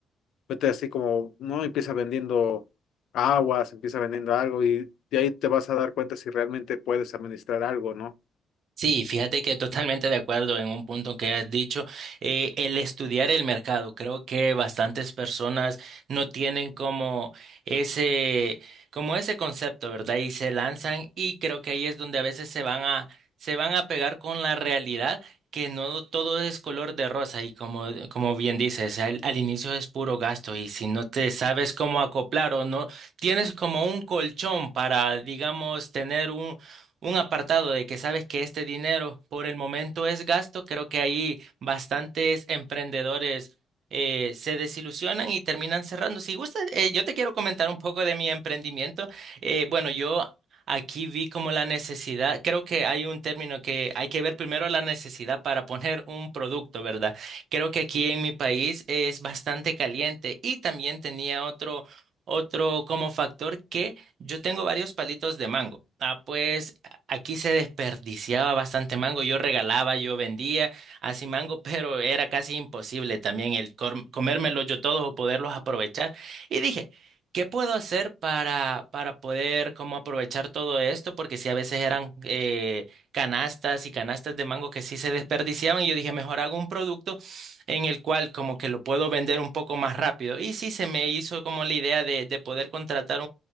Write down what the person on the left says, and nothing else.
vete así como, no, empieza vendiendo aguas, empieza vendiendo algo y de ahí te vas a dar cuenta si realmente puedes administrar algo, ¿no?